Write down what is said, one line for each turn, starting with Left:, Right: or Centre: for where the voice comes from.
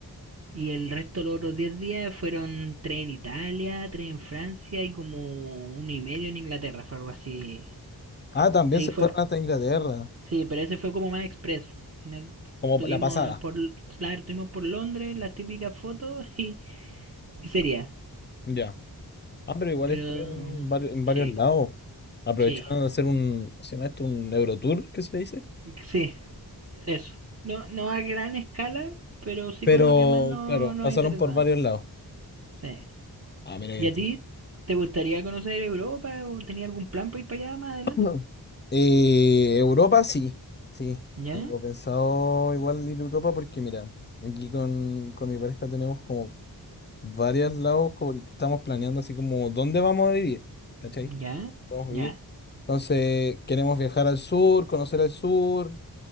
Right: Y el resto, los otros 10 días fueron 3 en Italia, 3 en Francia y como uno y medio en Inglaterra, fue algo así.
Left: Ah, también
Right: Ahí
Left: se
Right: fue,
Left: fueron hasta Inglaterra.
Right: Sí, pero ese fue como más expreso. Sino-
Left: Como
Right: Tuvimos
Left: la pasada,
Right: por, claro, tuvimos por Londres las típicas fotos <laughs> y, y sería.
Left: ya. Ah, pero igual
Right: Pero
Left: estuvieron en varios, en varios
Right: sí,
Left: lados. Aprovecharon
Right: sí,
Left: de hacer un, ¿cómo se llama esto? Un Eurotour, ¿qué se le dice?
Right: sí, eso. No, no a gran escala, pero sí
Left: Pero,
Right: con lo que más no,
Left: claro,
Right: nos
Left: pasaron
Right: interesa.
Left: por varios lados.
Right: Sí.
Left: Ah, mira,
Right: ¿Y
Left: ya entendí.
Right: a ti te gustaría conocer Europa o tenías algún plan para ir para allá más adelante?
Left: <laughs> Ujú. Eh, Europa sí, sí.
Right: Ya,
Left: Tengo pensado igual ir a Europa porque, mira, aquí con, con mi pareja tenemos como varios lados como que estamos planeando así como dónde vamos a vivir, ¿cachai?
Right: ya,
Left: Vamos a
Right: ya,
Left: vivir. Entonces, queremos viajar al sur, conocer al sur.